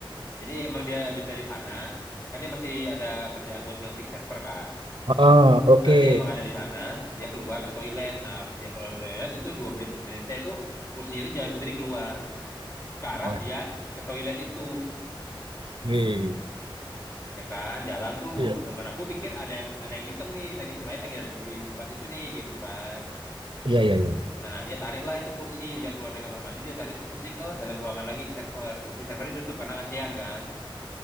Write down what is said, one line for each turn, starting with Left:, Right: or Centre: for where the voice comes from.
Left: jadi emang dia habis dari sana kan dia masih ada kerjaan buat ngefix server kan
Right: Ah, oke.
Left: Nah, dia emang ada di sana, dia keluar ke toilet. Nah, habis dia keluar ke toilet itu dua menit sebenarnya itu kursinya itu jalan sendiri keluar ke arah
Right: Oh,
Left: dia ke toilet itu.
Right: iya.
Left: Ya kan, jalan tuh.
Right: Iya.
Left: Temen aku pikir ada yang ada yang iseng nih, teknisi lain lagi ada di, di tempat itu nih gitu kan.
Right: Iya, iya, iya.
Left: Nah, dia tariklah itu kursi, dia keluar dari kamar mandi, dia tarik itu kursi ke dalam ruangan lagi ke server. Terus di server ditutup karena ASEAN kan.